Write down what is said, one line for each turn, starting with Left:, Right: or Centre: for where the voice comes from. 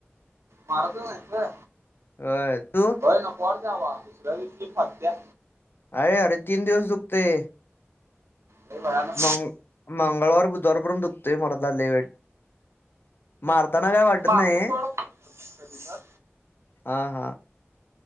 Right: मारत नाहीस होय.
Left: होय तू
Right: होय नको वाटतेय बाबा. दुसऱ्या दिवशी फाटत्या.
Left: अरे अरे तीन दिवस दुखतय.
Right: लय भयानक
Left: मंग मंगळवार, बुधवारपर्यत दुखतय मर्दा लय वाईट. मारताना काय वाटत
Right: मी मारतोय
Left: नाही.
Right: सोड कधी तर
Left: हा हा.